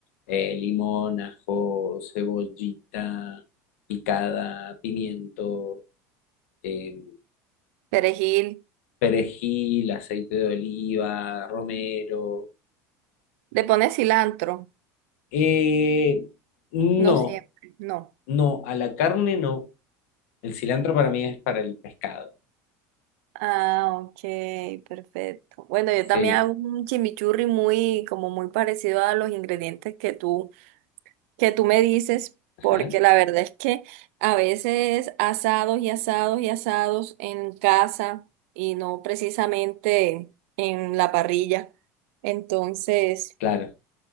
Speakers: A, on the left (about 85°); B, on the right (about 70°).
A: eh, limón, ajo, cebollita picada, pimiento, eh,
B: Perejil.
A: perejil, aceite de oliva, romero.
B: ¿Le pones cilantro?
A: Eh, no,
B: No siempre, no.
A: no, a la carne no. El cilantro para mí es para el pescado.
B: Ah, ok, perfecto. Bueno, yo
A: Sí,
B: también hago un chimichurri muy, como muy parecido a los ingredientes que tú, que tú me dices,
A: ajá,
B: porque la verdad es que a veces asados y asados y asados en casa y no precisamente en la parrilla. Entonces,
A: claro,